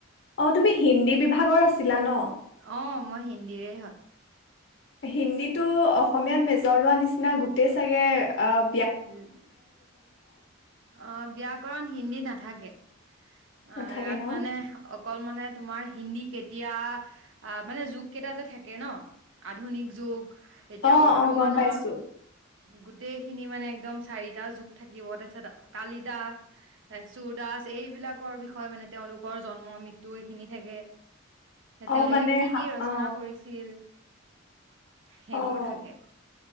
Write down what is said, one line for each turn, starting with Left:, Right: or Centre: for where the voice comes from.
Left: অঁ তুমি হিন্দী বিভাগৰ আছিলা ন?
Right: অ', মই হিন্দীৰে হয়।
Left: হিন্দীটো অসমীয়াত মেজৰ লোৱা নিচিনা গোটেই চাগে অব
Right: উ, অ ব্যয়াকৰণ হিন্দী নাথাকে। অ'
Left: নাথাকে
Right: ইয়াত
Left: ন
Right: মানে অকল মানে তোমাৰ হিন্দী কেতিয়া, মানে যুগ কেইটা যে থাকে ন আধুনিক যুগ এতিয়া
Left: অ
Right: বৰ্তমানৰ
Left: অ গম পাইছো
Right: গোটেইখিনি মানে একদম চাৰিটা যুগ থাকিব তাৰ পিছত কালি দাস সুৰ দাস এইবিলাকৰ বিষয়ে মানে তেওঁলোকৰ জন্ম মৃত্যু এইখিনি থাকে
Left: অ
Right: তেওঁলোকে
Left: মানে
Right: কি
Left: হা-
Right: কি ৰচনা
Left: অ
Right: কৰিছিল সেইবোৰ
Left: অ
Right: থাকে।